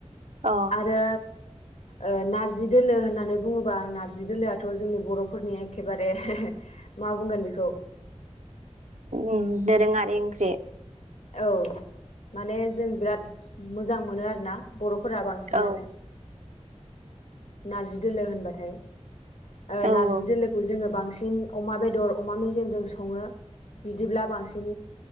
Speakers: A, on the right; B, on the left.
A: ओं
B: आरो ओ नारजि दोलो होननानै बुङोबा नारजि दोलोआथ' जोंनि बरफोरनि एखेबारे मा बुंगोन बेखौ
A: गुबुन दोरोङारि ओंख्रि
B: औ माने जों बिराद मोजां मोनो आरोना बर' फोरा बांसिनानो
A: औ
B: नारजि दोलो होनबाथाय ओ
A: औ
B: नारजि
A: औ
B: दोलोखौ जों बांसिन सिन अमा बेदर अमा मेजेमजों सङो बिदिब्ला बांसिन